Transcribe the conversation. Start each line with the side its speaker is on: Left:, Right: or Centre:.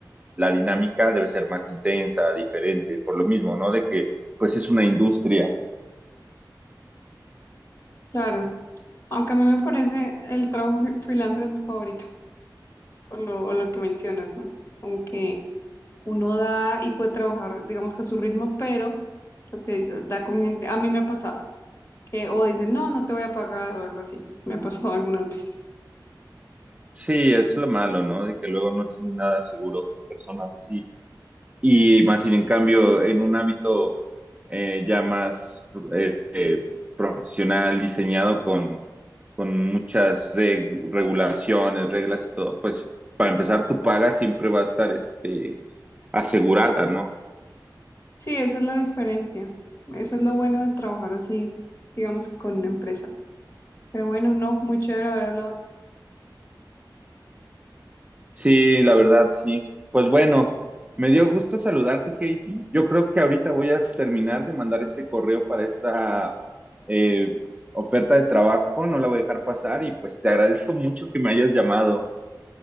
Right: la dinámica debe ser más intensa, diferente, por lo mismo, ¿no? De que, pues es una industria.
Left: Claro. Aunque a mí me parece el trabajo fre- freelancer es mi favorito, por lo, o lo que mencionas, ¿no? Como que uno da y puede trabajar, digamos que a su ritmo, pero lo que dices, da con gente. A mí me ha pasado. que o dicen, no, no te voy a pagar o algo así. Me ha pasado <laughs> algunas veces.
Right: Sí, es lo malo, ¿no? De que luego no tienes nada seguro con personas así. Y más sin en cambio, en un ámbito eh, ya más eh, eh, profesional, diseñado con, con muchas reg- regulaciones, reglas y todo, pues para empezar, tu paga siempre va a estar este, asegurada, ¿no?
Left: Sí, esa es la diferencia. Eso es lo bueno de trabajar así, digamos que con una empresa. Pero bueno, no, muy chévere haber hablado.
Right: Sí, la verdad, sí. Pues bueno, me
Left: contigo.
Right: dio gusto saludarte, Heidi. Yo creo que ahorita voy a terminar de mandar este correo para esta eh, oferta de trabajo. No la voy a dejar pasar y pues te agradezco mucho que me hayas llamado.